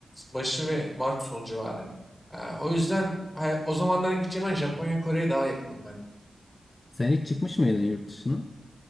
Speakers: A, in the centre; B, on the left.
A: başı ve Mart sonu civarı. Ee, o yüzden hay- o zamanlar gideceğim ben Japonya, Kore'ye daha yakınım ben.
B: Sen hiç çıkmış mıydın yurt dışına?